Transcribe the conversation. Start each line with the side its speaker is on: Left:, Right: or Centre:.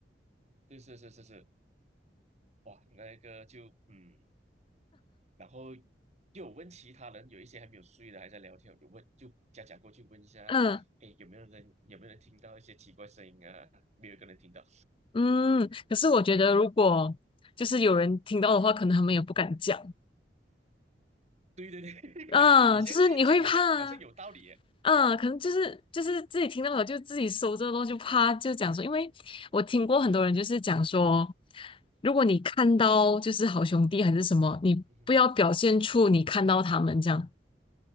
Right: 是是是是是，哇，那个就嗯，然后又有问其他人，有一些还没有睡的还在聊天，我就问就假假过去问一下，
Left: 嗯
Right: 哎，有没有人有没有人听到一些奇怪声音啊？没有一个人听到。
Left: 嗯，可是我觉得如果就是有人听到的话，可能他们也不敢讲，
Right: 对对对，<laughs>
Left: 嗯，
Right: 你现在现在讲好像好像有道理耶。
Left: 就是你会怕啊嗯，可能就是就是自己听到了，就自己搜这个东西，啪就讲说，因为我听过很多人就是讲说，如果你看到就是好兄弟还是什么，你不要表现出你看到他们这样，
Right: 嗯哼哼